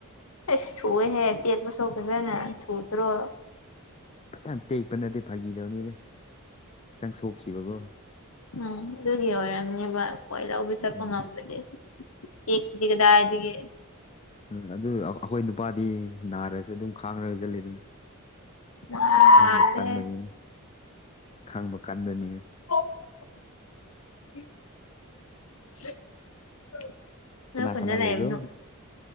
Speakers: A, on the left; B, on the left.
A: ꯏꯁ ꯊꯨꯏꯌꯦꯍꯦ ꯇꯦꯛꯄꯁꯨ ꯐꯖꯅ ꯊꯨꯗ꯭ꯔꯣ
B: ꯌꯥꯝ ꯇꯦꯛꯄ ꯅꯠꯇꯦ ꯐꯥꯈꯤꯗꯧꯅꯤꯗ ꯈꯤꯇꯪ ꯁꯣꯛꯈꯤꯕꯀꯣ
A: ꯎꯝ ꯑꯗꯨꯒꯤ ꯑꯣꯏꯔꯝꯅꯦꯕ ꯈꯣꯏ ꯂꯧꯕ ꯆꯠꯄ
B: ꯎꯝ
A: ꯉꯝ <unintelligible> ꯇꯦꯛꯗꯤ ꯀꯗꯥꯏꯗꯒꯤ
B: ꯎꯝ ꯑꯗꯨ ꯑꯩꯈꯣꯏ ꯅꯨꯄꯥꯗꯤ ꯅꯥꯔꯁꯨ ꯑꯗꯨꯝ ꯈꯥꯡꯔꯖꯜꯂꯤꯗꯨꯗꯤ
A: ꯅꯥꯜꯂꯦꯍꯦ
B: ꯈꯥꯡꯕ ꯀꯟꯕꯅꯤꯅ ꯈꯥꯡꯕ ꯀꯟꯗꯅꯤꯅ
A: <unintelligible> ꯅꯣꯏ
B: ꯀꯅꯥ
A: ꯈꯨꯟꯗ
B: ꯀꯅꯥ
A: ꯂꯩꯕꯅꯨ
B: ꯂꯩꯕ꯭ꯔꯣ